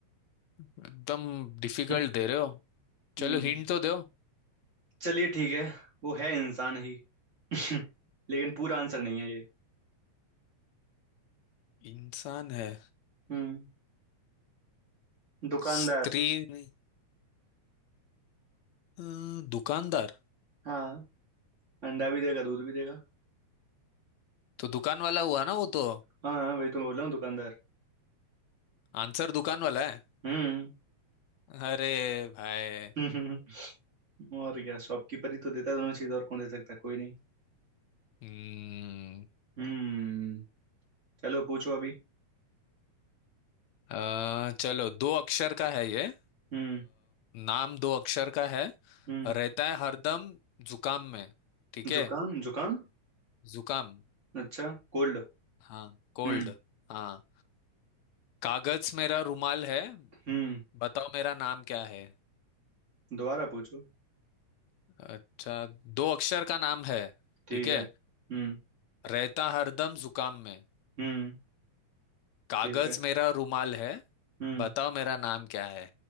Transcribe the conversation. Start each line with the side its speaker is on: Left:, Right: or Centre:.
Left: एकदम डिफिकल्ट
Right: है
Left: दे रहे हो
Right: हम्म
Left: चलो हिंट तो दो
Right: चलिए ठीक है वो है इंसान ही <laughs> लेकिन पूरा आंसर नहीं है ये
Left: इंसान है
Right: हम्म दुकानदार
Left: स्त्री नहीं अ, दुकानदार
Right: हाँ अंडा भी देगा दूध भी देगा
Left: तो दुकान वाला हुआ ना वो तो
Right: हाँ हाँ, वही तो मैं बोल रहा हूँ दुकानदार
Left: आंसर दुकान वाला है
Right: हम्म
Left: अरे भाई
Right: <laughs> और क्या शॉपकीपर ही तो देता है दोनों चीज और कौन दे सकता है कोई नहीं
Left: हम्म
Right: हम्म चलो पूछो अभी
Left: अ, चलो दो अक्षर का है ये अ,
Right: हम्म
Left: नाम दो अक्षर का है
Right: हम्म
Left: रहता है हरदम जुकाम में ठीक है
Right: जुकाम जुकाम
Left: जुकाम
Right: अच्छा कोल्ड
Left: हाँ कोल्ड
Right: हम्म
Left: हाँ कागज मेरा रुमाल है
Right: हम्म
Left: बताओ मेरा नाम क्या है
Right: दोबारा पूछो
Left: अच्छा दो अक्षर का नाम है
Right: ठीक
Left: ठीक है
Right: है हम्म
Left: रहता हरदम जुकाम में
Right: हम्म
Left: कागज
Right: ठीक है
Left: मेरा रुमाल है
Right: हम्म
Left: बताओ मेरा नाम क्या है